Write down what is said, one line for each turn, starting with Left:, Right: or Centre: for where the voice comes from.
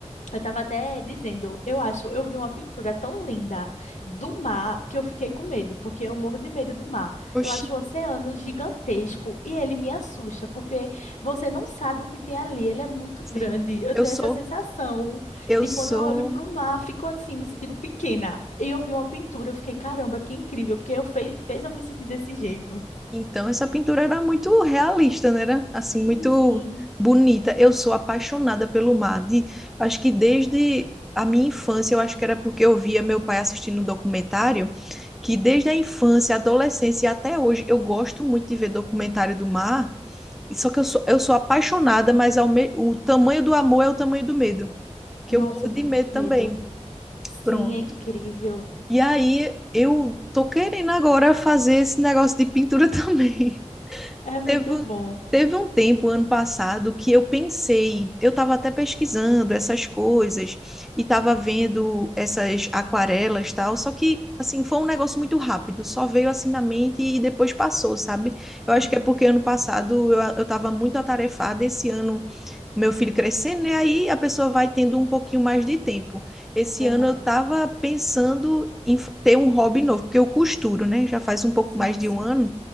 Left: eu tava até dizendo, eu acho, eu vi uma pintura tão linda do mar que eu fiquei com medo, porque eu morro de medo do mar.
Centre: Oxi,
Left: Eu acho o oceano gigantesco e ele me assusta, porque você não sabe o que tem ali, ele é muito
Centre: sim.
Left: grande. Eu
Centre: Eu
Left: tenho
Centre: sou,
Left: essa sensação
Centre: eu
Left: de
Centre: sou
Left: quando eu olho para o mar, fico assim, me sentindo pequena. E eu vi uma pintura, eu fiquei, caramba, que incrível, porque eu fe fez eu me sentir desse jeito.
Centre: Então, essa pintura era muito realista, né? Era assim,
Left: Sim,
Centre: muito
Left: sim.
Centre: bonita. Eu sou apaixonada pelo mar. De, acho que desde a minha infância, eu acho que era porque eu via meu pai assistindo um documentário, que desde a infância, adolescência e até hoje, eu gosto muito de ver documentário do mar. E Só que eu sou, eu sou apaixonada, mas ao me- o tamanho do amor é o tamanho do medo, que
Left: Nossa,
Centre: eu morro
Left: eu tenho
Centre: de medo
Left: muito
Centre: também.
Left: medo. Sim,
Centre: Pronto.
Left: é incrível.
Centre: E aí, eu tô querendo agora fazer esse negócio de pintura <laughs> também.
Left: É muito
Centre: Teve, um,
Left: bom.
Centre: teve um tempo, ano passado, que eu pensei, eu estava até pesquisando essas coisas e estava vendo essas aquarelas tal, só que, assim, foi um negócio muito rápido, só veio assim na mente e depois passou, sabe? Eu acho
Left: Uhum,
Centre: que é porque ano passado eu, eu estava muito atarefada, esse ano meu filho crescendo, né? Aí a pessoa vai tendo um pouquinho mais de tempo. Esse
Left: verdade.
Centre: ano eu estava pensando em f- ter um hobby novo, porque eu costuro, né? Já faz um pouco
Left: Sim,
Centre: mais de
Left: sim,
Centre: um ano.